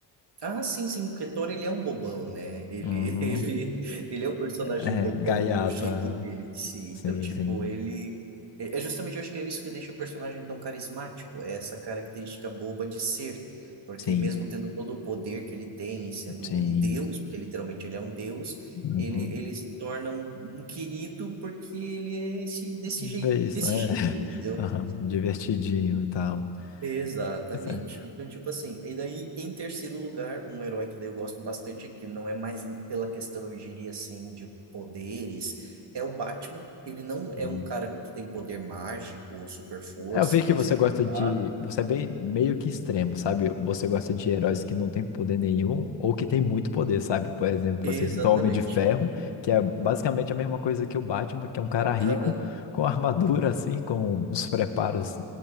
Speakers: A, on the right; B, on the left.
A: Ah, sim, sim, O Thor ele é um bobão, né? Ele,
B: Uhum.
A: <laughs> ele, ele é um personagem
B: É,
A: bobão
B: gaiato,
A: no jeito
B: aham.
A: dele de si.
B: Sim,
A: Então, tipo,
B: sim.
A: ele. É é justamente, eu acho que é isso que deixa o personagem tão carismático, é essa característica boba de ser. Porque
B: Sim,
A: mesmo tendo todo o poder que ele tem e sendo
B: sim.
A: um deus, porque literalmente ele é um deus,
B: Uhum.
A: ele, ele se torna um, um querido porque ele é esse, desse
B: Bem
A: jeito,
B: isso,
A: desse
B: é.
A: jeito,
B: <laughs>
A: entendeu?
B: Aham, Divertidinho e tal.
A: Exatamente.
B: Pois é.
A: Então, tipo assim, e daí, em terceiro lugar, um herói que daí eu gosto bastante, que não é mais pela questão, eu diria assim, de poderes, é o Batman. Ele não é
B: Uhum.
A: um cara que tem poder mágico ou super força
B: É, Eu vi
A: ou
B: que
A: consegue
B: você gosta
A: voar.
B: de. Você é bem meio que extremo, sabe? Você gosta de heróis que não têm poder nenhum ou que têm muito poder, sabe? Por exemplo,
A: Exatamente.
B: você citou o Homem de Ferro, que é basicamente a mesma coisa que o Batman, que é um cara rico
A: Aham.
B: com <laughs> armadura, assim, com os preparos,